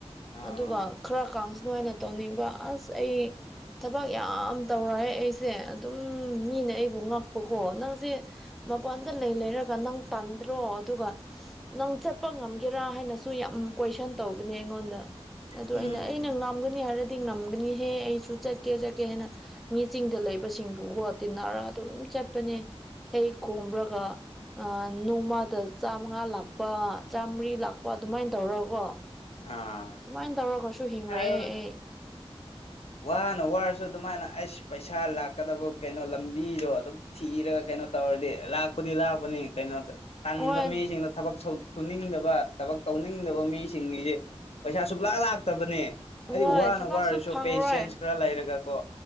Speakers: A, on the left (about 75°); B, in the centre.
A: ꯑꯥ
B: ꯑꯗꯨꯒ ꯈꯔ ꯀꯥꯡꯁꯅꯨ ꯍꯥꯏꯅ ꯇꯧꯅꯤꯡꯕ ꯑꯁ ꯑꯩ ꯊꯕꯛ ꯌꯥꯝ ꯇꯧꯔꯑꯦ ꯑꯩꯁꯦ ꯑꯗꯨꯝ ꯃꯤꯅ ꯑꯩ ꯐ ꯉꯥꯛꯄꯀꯣ ꯅꯪꯁꯦ ꯃꯄꯥꯟꯗ ꯂꯩ ꯂꯩꯔꯒ ꯅꯪ ꯇꯟꯗ꯭ꯔꯣ ꯑꯗꯨꯒ ꯅꯪ ꯆꯠꯄ ꯉꯝꯒꯦꯔꯥ ꯍꯥꯏꯅꯁꯨ ꯌꯥꯝ ꯀꯣꯏꯁꯟ ꯇꯧꯕꯅꯦ ꯑꯩꯉꯣꯟꯗ ꯑꯗꯨ
A: ꯎꯝ
B: ꯑꯩꯅ ꯑꯩꯅ ꯉꯥꯝꯒꯅꯤ ꯍꯥꯏꯔꯗꯤ ꯉꯝꯒꯅꯤꯍꯦ ꯑꯩꯁꯨ ꯆꯠꯀꯦ ꯆꯠꯀꯦ ꯍꯥꯏꯅ ꯃꯤ ꯆꯤꯡꯗ ꯂꯩꯕꯁꯤꯡꯕꯨꯒꯣ ꯇꯤꯟꯅꯔ ꯑꯗꯨꯝ ꯆꯠꯄꯅꯦ ꯍꯦꯛ ꯈꯣꯝꯕ꯭ꯔꯒ ꯅꯣꯡꯃꯗ ꯆꯥꯃꯉꯥ ꯂꯥꯛꯄ ꯆꯥꯝꯃꯔꯤ ꯂꯥꯛꯄ ꯑꯗꯨꯃꯥꯏꯅ ꯇꯧꯔꯒꯀꯣ
A: ꯑꯥ
B: ꯁꯨꯃꯥꯏꯅ ꯇꯧꯔꯒꯁꯨ ꯍꯤꯡꯔꯦ
A: ꯍꯥꯏꯔꯣ
B: ꯑꯩ
A: ꯋꯥꯅ ꯋꯥꯔꯁꯨ ꯑꯗꯨꯃꯥꯏꯅ ꯑꯁ ꯄꯩꯁꯥ ꯂꯥꯛꯀꯗꯕ ꯀꯩꯅꯣ ꯂꯝꯕꯤꯗꯣ ꯑꯗꯨꯝ ꯊꯤꯔꯒ ꯀꯩꯅꯣ ꯇꯧꯔꯗꯤ ꯂꯥꯛꯄꯨꯗꯤ ꯂꯥꯛꯄꯅꯤ ꯀꯩꯅꯣꯗ ꯇꯟꯕ
B: ꯍꯣꯏ
A: ꯃꯤꯁꯤꯡꯅ ꯊꯕꯛ ꯁꯧ ꯁꯨꯅꯤꯡꯗꯕ ꯊꯕꯛ ꯇꯧꯅꯤꯡꯗꯕ ꯃꯤꯁꯤꯡꯒꯤꯗꯤ ꯄꯩꯁꯥ ꯁꯨꯛꯂꯥꯛ ꯂꯥꯛꯇꯕꯅꯦ ꯍꯥꯏꯗꯤ
B: ꯍꯣꯏ
A: ꯋꯥꯅ
B: ꯊꯕꯛꯁꯨ
A: ꯋꯥꯔꯁꯨ
B: ꯐꯪꯔꯣꯏ
A: ꯄꯦꯁꯦꯟꯁ ꯈꯔ ꯂꯩꯔꯒꯀꯣ